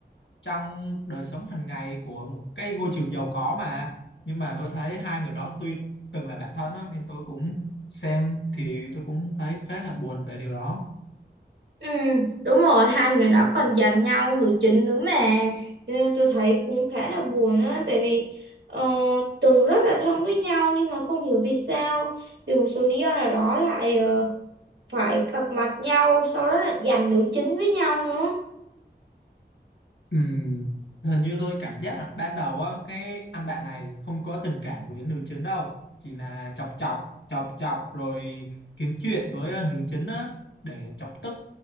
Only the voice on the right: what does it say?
Ừ, đúng rồi, hai người đó còn giành nhau nữ chính nữa mà. Cho nên tôi thấy cũng khá là buồn á tại vì ờ, từng rất là thân với nhau nhưng mà không hiểu vì sao vì một số lý do nào đó lại ờ, phải gặp mặt nhau sau đó là giành nữ chính với nhau nữa